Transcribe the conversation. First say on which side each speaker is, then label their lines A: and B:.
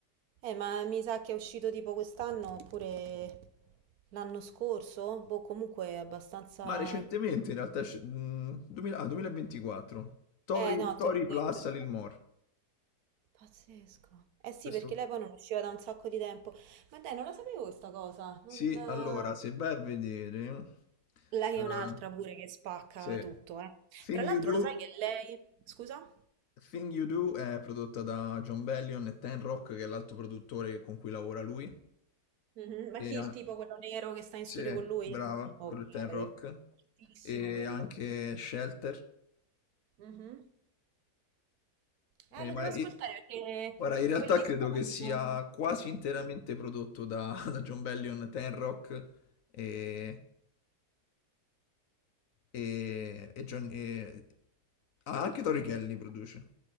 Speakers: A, on the right (about 70°); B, on the left (about 60°).
A: Eh, ma mi sa che è uscito tipo quest'anno oppure l'anno scorso? Boh, comunque è abbastanza...
B: Ma recentemente, in realtà, esce- mh, 2000 ah, 2024. Tori,
A: Eh, no,
B: Tori
A: te l'ho
B: Plus
A: detto.
B: Lil Mor.
A: Pazzesco. Eh sì,
B: Questo...
A: perché lei poi non usciva da un sacco di tempo. Ma dai, non la sapevo questa cosa. Non...
B: Sì,
A: eh,
B: allora, se vai a vedere...
A: Lei
B: eh,
A: è un'altra pure che spacca
B: sì.
A: tutto, eh.
B: Thing
A: Tra l'altro
B: You Do...
A: lo sai che lei... Scusa?
B: Thing You Do è prodotta da John Bellion e Ten Rock, che è l'altro produttore con cui lavora lui.
A: Mhm, Ma
B: E,
A: chi
B: ha-
A: è il tipo quello nero che sta in
B: sì,
A: studio con lui?
B: brava,
A: Ok.
B: quello è Ten Rock.
A: Fortissimo
B: E
A: quello.
B: anche Shelter.
A: Mhm. Eh,
B: Eh,
A: lo
B: ma
A: devo
B: i-
A: ascoltare perché
B: guarda, in realtà
A: quel disco
B: credo che sia
A: non...
B: quasi interamente prodotto da, <laughs> da John Bellion, Tenrock e, e, e John- e- ah, anche Tori Kelly produce.